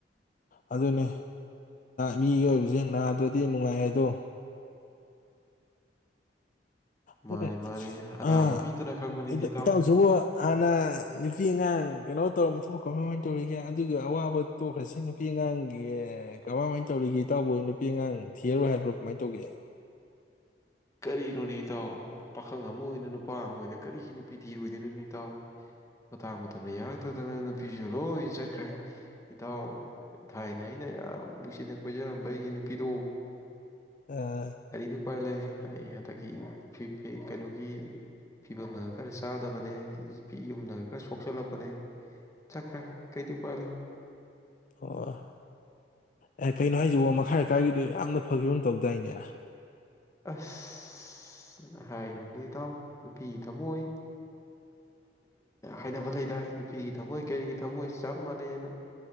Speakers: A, on the left (about 45°); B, on the left (about 20°).
A: ꯑꯗꯨꯅꯦ ꯃꯤꯒꯤ ꯑꯣꯏꯕꯁꯦ ꯅꯥꯗ꯭ꯔꯗꯤ ꯅꯨꯡꯉꯥꯏ ꯍꯥꯏꯗꯣ ꯑꯗꯨꯅꯦ
B: ꯃꯥꯅꯤ ꯃꯥꯅꯤ ꯑꯅꯥꯕ
A: ꯑ
B: ꯃꯤꯗꯅ ꯈꯪꯕꯅꯤꯗ
A: ꯏꯇꯥ
B: ꯏꯇꯥꯎ
A: ꯏꯇꯥꯎꯖꯨ ꯍꯥꯟꯅ ꯅꯨꯄꯤ ꯑꯉꯥꯡ ꯀꯩꯅꯣ ꯇꯧꯔꯝꯕ ꯊꯣꯛꯈ꯭ꯔꯕꯣ ꯀꯃꯥꯏꯃꯥꯏꯅ ꯇꯧꯔꯤꯒꯦ ꯑꯗꯨꯒ ꯑꯋꯥꯕ ꯇꯣꯛꯈ꯭ꯔꯁꯤ ꯅꯨꯄꯤ ꯑꯉꯥꯡꯒꯤ ꯀꯃꯥꯏꯃꯥꯏꯅ ꯇꯧꯔꯤꯒꯦ ꯏꯇꯥꯎꯕꯨ ꯅꯨꯄꯤ ꯑꯉꯥꯡ ꯊꯤꯔꯔꯣꯏ ꯍꯥꯏꯕ꯭ꯔꯣ ꯀꯃꯥꯏ ꯇꯧꯒꯦ <unintelligible>
B: ꯀꯔꯤꯅꯣꯅꯦ ꯏꯇꯥꯎ ꯄꯥꯈꯪ ꯑꯃ ꯑꯣꯏꯅ ꯅꯨꯄꯥ ꯑꯃ ꯑꯣꯏꯅ ꯀꯔꯤꯒꯤ ꯅꯨꯄꯤ ꯊꯤꯔꯣꯏꯗꯣꯏꯅꯅ ꯏꯇꯥꯎ ꯃꯇꯥꯡ ꯃꯇꯝꯗ ꯌꯥꯔꯛꯇꯗꯅ ꯅꯨꯄꯤꯁꯨ ꯂꯣꯏꯅ ꯆꯠꯈ꯭ꯔꯦ ꯏꯇꯥꯎ ꯊꯥꯏꯅ ꯑꯩꯅ ꯌꯥꯝ ꯅꯨꯡꯁꯤꯅ ꯀꯣꯏꯖꯔꯝꯕ ꯑꯩꯒꯤ ꯅꯨꯄꯤꯗꯣ
A: ꯑ
B: ꯀ ꯎ ꯄꯥꯏ ꯂꯩꯦ ꯑꯩ ꯍꯟꯗꯛꯀꯤ ꯀꯩꯅꯣꯒꯤ ꯐꯤꯕꯝꯅꯒ ꯈꯔ ꯆꯥꯗꯕꯅꯦ ꯌꯨꯝꯗꯒ ꯈꯔ ꯁꯣꯛꯆꯜꯂꯛꯄꯅꯦ ꯆꯠꯈ꯭ꯔꯦ ꯀꯩꯁꯨ ꯄꯥꯏ ꯂꯩꯦ
A: ꯑꯣ ꯑꯦ ꯀꯩꯅꯣ ꯍꯥꯏꯁꯤꯕꯣ ꯃꯈꯥꯏ ꯑꯀꯥꯏꯒꯤꯗꯣ ꯌꯥꯝꯅ ꯐꯈꯤꯕ ꯑꯃ ꯇꯧꯗꯥꯏꯅꯦ
B: ꯑꯁ ꯍꯥꯏꯔꯨꯗꯤ ꯏꯇꯥꯎ ꯅꯨꯄꯤꯒꯤ ꯊꯝꯃꯣꯏ ꯍꯥꯏꯅꯕ ꯂꯩꯗꯥ ꯅꯨꯄꯤꯒꯤ ꯊꯝꯃꯣꯏ ꯀꯔꯤꯒꯤ ꯊꯝꯃꯣꯏ ꯆꯞ ꯃꯥꯟꯅꯩꯅ